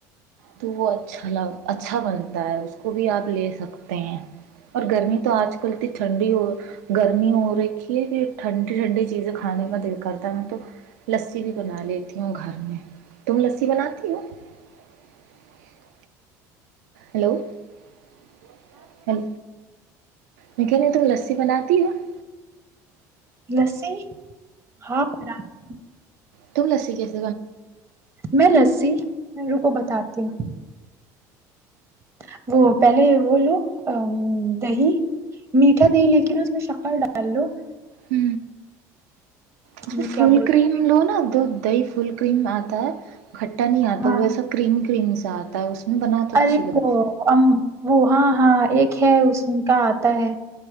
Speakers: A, on the right; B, on the right.
A: تو وہ اچھا ل اچھا بنتا ہے اس کو بھی آپ لے سکتے ہیں اور گرمی تو آج کل اتنی ٹھنڈی ہو گرمی ہو رکھی ہے کہ ٹھنڈی ٹھنڈی چیزیں کھانے کا دل کرتا ہے میں تو <unintelligible> لسی بھی بنا لیتی ہوں گھر میں تم لسی بناتی ہو <unintelligible> ہلولو میں کہ ن تم لسی بناتی ہو <unintelligible>
B: لس ہاں ب <unintelligible>
A: تو ل س کے <unintelligible>
B: میں لسی رو کوو بتاتی ہوں <unintelligible> وہ پہلے وہ لو ا دہی <unintelligible> میٹھا دے ہےیکنا اس میں شک ک ڈالو <unintelligible>
A: ہ اس میں
B: وہ کیا
A: فل
B: بولتے
A: کریم لو نا دو <unintelligible> دی فل کریم آتا ہے <unintelligible> کٹ نہیں آ
B: ہاں
A: تو اب کریم کریم <unintelligible> زاتتاہ اس <unintelligible> اچھی
B: ارے
A: بنتی۔
B: وہ وہ ہاں ہاں ایک اس کا آتا ہے